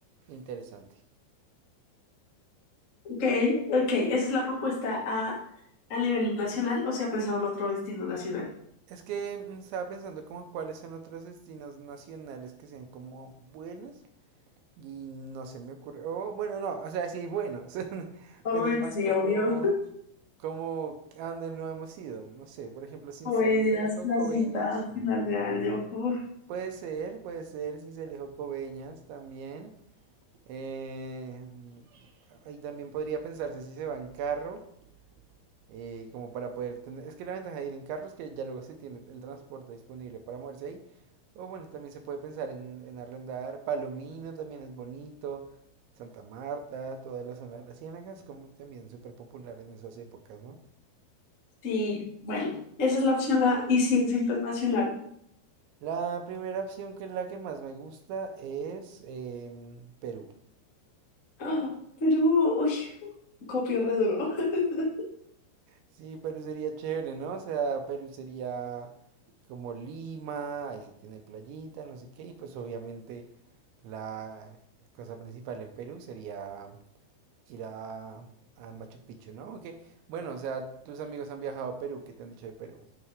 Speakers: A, on the right (about 80°); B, on the left (about 55°).
A: e interesante.
B: Ok, ok, esa es la propuesta a, a nivel nacional o se ha pensado en otro destino nacional.
A: Es que mm, estaba pensando como cuáles son otros destinos nacionales que sean como buenos y no se me ocurre. Oh, bueno, no, o sea, sí hay buenos, <laughs>
B: Hombre,
A: pero es
B: pues
A: más
B: sí,
A: como
B: obvio,
A: como a donde no hemos ido. No sé, por ejemplo, Sincelejo,
B: comedias, playita,
A: Coveñas.
B: final de año. uf.
A: Puede ser, puede ser Sincelejo, Coveñas también. Eh, ahí también podría pensarse si se va en carro eh, como para poder tener... Es que la ventaja de ir en carro es que ya luego se tiene el transporte disponible para moverse ahí. O bueno, también se puede pensar en, en arrendar. Palomino también es bonito. Santa Marta, toda la zona de las Ciénagas, como también súper popular en esas épocas, ¿no?
B: Sí, bueno, esa es la opción A y si es internacional.
A: La primera opción que es la que más me gusta es em, Perú.
B: Ah, Perú, uy, copio re duro. <laughs>
A: Sí, Perú sería chévere, ¿no? O sea, Perú sería como Lima, ahí se tiene playita, no sé qué, y pues obviamente la cosa principal en Perú sería ir a, a Machu Picchu, ¿no? Aunque, bueno, o sea, tus amigos han viajado a Perú, ¿qué te han dicho de Perú?